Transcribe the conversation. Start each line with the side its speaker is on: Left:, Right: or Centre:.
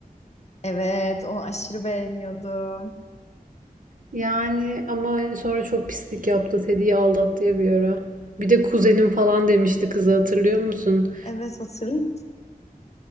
Left: Evet, onu aşırı beğeniyordum.
Right: Yani ama sonra çok pislik yaptı. Teddy'yi aldattı ya bir ara. Bir de kuzenim falan demişti kıza hatırlıyor musun?
Left: Evet, hatırlıyorum.